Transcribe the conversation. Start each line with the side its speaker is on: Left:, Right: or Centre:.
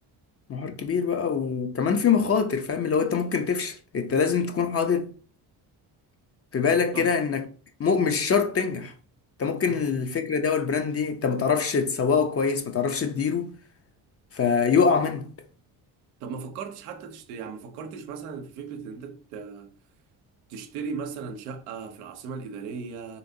Left: نهار كبير بقى وكمان في مخاطر فاهم اللي هو انت ممكن تفشل انت لازم تكون حاطط في بالك
Right: صح
Left: كده انك مو مش شرط تنجح انت ممكن
Right: صح
Left: الفكرة دي او البراند دي انت ما تعرفش تسوقه كويس ما تعرفش تديره فيقع منك
Right: طب ما فكرتش حتى تشتري يعني ما فكرتش مثلا في فكرة ان انت ت- تشتري مثلا شقة في العاصمة الإدارية